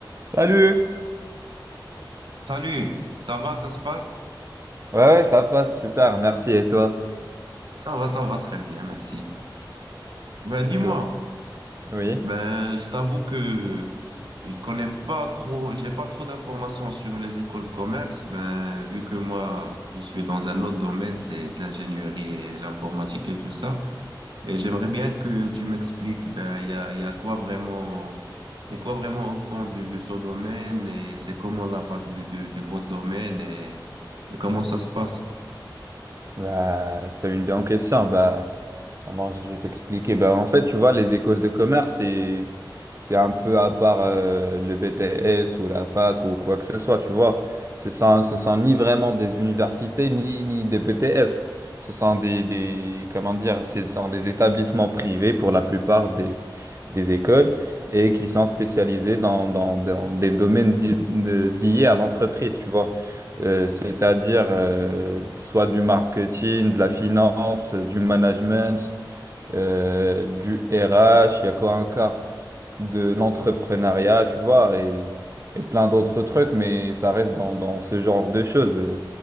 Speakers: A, on the right (about 40°); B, on the right (about 70°).
A: Salut!
B: Salut, ça va, ça se passe?
A: Ouais, ouais, ça passe, super, merci. Et toi?
B: Ça va, ça va très bien, merci. Ben
A: Au
B: dis-moi,
A: top. Oui,
B: ben je t'avoue que je connais pas trop, j'ai pas trop d'informations sur les écoles de commerce. Ben vu que moi je suis dans un autre domaine, c'est de l'ingénierie et l'informatique et tout ça. Et j'aimerais bien que tu m'expliques, ben il y a, il y a quoi vraiment, il y a quoi vraiment au fond de, de ce domaine et c'est comment la fac de, de, de votre domaine et et comment ça se passe?
A: bah, c'était une bien question. Bah, Comment je vais t'expliquer? Ben, en fait, tu vois, les écoles de commerce, c'est, c'est un peu à part euh, le BTS ou la fac ou quoi que ce soit, tu vois. Ce sont, ce sont ni vraiment des universités, ni, ni des BTS. Ce sont des, des, comment dire, ce sont des établissements privés pour la plupart des, des écoles et qui sont spécialisés dans, dans, dans des domaines di- de- liés à l'entreprise, tu vois. Euh, c'est-à-dire euh, soit du marketing, de la finance, euh, du management euh, du RH, il y a quoi encore? De l'entrepreneuriat, tu vois, et, et plein d'autres trucs, mais ça reste dans, dans ce genre de choses, euh,